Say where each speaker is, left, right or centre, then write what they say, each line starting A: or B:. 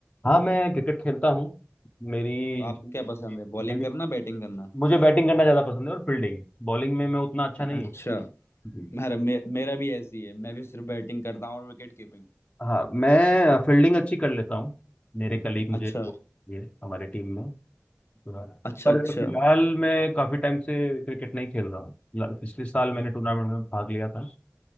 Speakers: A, on the left; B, on the left.
A: हाँ मैं क्रिकेट खेलता हूँ मेरी
B: तो आपको क्या पसंद है बॉलिंग
A: मेरी
B: करना बैटिंग करना
A: मुझे बैटिंग करना ज़्यादा पसंद है और फील्डिंग बॉलिंग में मैं उतना अच्छा
B: अच्छा
A: नहीं हूँ जी
B: मेरा मे, मेरा भी ऐसी है मैं भी सिर्फ बैटिंग करता हूँ और विकेट कीपिंग
A: हाँ मैं फील्डिंग अच्छी कर लेता हूँ मेरे कलीग मुझे
B: अच्छा
A: वो ये हमारे टीम में पर
B: अच्छा अच्छा
A: फिलहाल मैं काफी टाइम से क्रिकेट नहीं खेल रहा हूँ ल- पिछले साल मैंने टूर्नामेंट में भाग लिया था